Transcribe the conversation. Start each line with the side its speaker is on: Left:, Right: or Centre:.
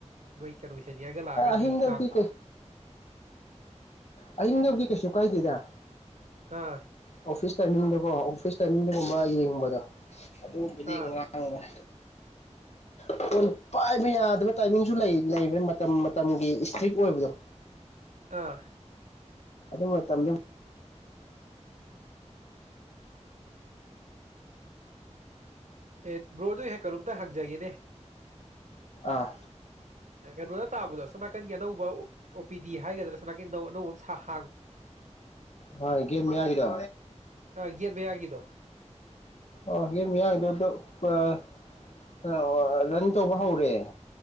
Right: ꯃꯣꯏ ꯀꯩꯅꯣꯒꯤ ꯁꯦꯅꯤꯌꯥꯔꯒ ꯂꯥꯛꯑꯒꯗꯤ
Left: ꯑꯍꯤꯡꯗꯕꯨꯗꯤ
Right: ꯉꯥꯡꯕ꯭ꯔꯥ
Left: ꯑꯟꯕꯒꯤ ꯀꯩꯁꯨꯨ ꯀꯥꯏꯗꯗ
Right: ꯑꯥ
Left: ꯑꯣꯐꯤꯁ ꯇꯥꯏꯃꯤ ꯑꯣ ꯑꯣꯐꯤꯁ ꯇꯥꯏꯃꯤꯡꯗꯨꯒꯨꯝꯕ ꯌꯦꯡꯕꯗꯣ ꯑꯗꯨꯒꯨꯝꯕꯗꯤ
Right: ꯑꯥ
Left: ꯉꯥꯡ ꯑꯣ ꯄꯥꯏꯕ ꯌꯥꯗꯕ ꯇꯥꯏꯃꯤꯡꯁꯨ ꯂꯩ ꯂꯩꯕ꯭ꯔꯥ ꯃꯇꯝ ꯃꯇꯝꯒꯤ ꯏꯁꯇ꯭ꯔꯤꯛ ꯑꯣꯏꯕꯗꯣ
Right: ꯑꯥ
Left: ꯑꯗꯨ ꯃꯇꯝꯗꯤ
Right: ꯑꯦ ꯕ꯭ꯔꯣꯗ ꯍꯦ ꯀꯔꯨꯝꯕꯗ ꯍꯛꯖꯏꯌꯦꯅꯦ
Left: ꯑꯥ
Right: ꯀꯩꯅꯣꯗ ꯇꯥꯕꯗꯣ ꯁꯣꯅꯥꯀꯟꯒꯤ ꯑꯅꯧꯕ ꯑꯣ ꯄꯤ ꯗꯤ ꯍꯥꯏꯒꯗ꯭ꯔꯥ ꯁꯣꯅꯥꯀꯟ ꯑꯅꯧ ꯑꯅꯧꯕ ꯑꯃ ꯁꯥ
Left: ꯍꯣꯏ ꯦꯝꯌꯥꯒꯤꯗ
Right: ꯑ ꯒꯦꯠ ꯃꯌꯥꯒꯤꯗꯣ
Left: ꯑꯣꯝ ꯃꯌꯥꯒꯤꯗ ꯑ ꯔꯟ ꯇꯧꯕ ꯍꯧꯔꯦ